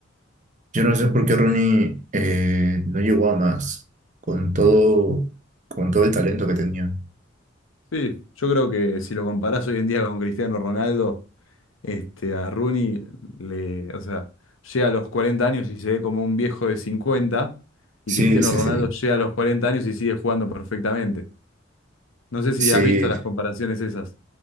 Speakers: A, on the right; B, on the left.
A: yo no sé por qué Rooney eh, no llegó a más con todo, con todo el talento que tenía.
B: Sí, yo creo que si lo comparás hoy en día con Cristiano Ronaldo, este, a Rooney le, o sea, llega a los 40 años y se ve como un viejo de 50
A: Sí,
B: y Cristiano
A: sí,
B: Ronaldo
A: sí,
B: llega a los 40 años y sigue jugando perfectamente. No sé si
A: sí,
B: has visto las comparaciones esas.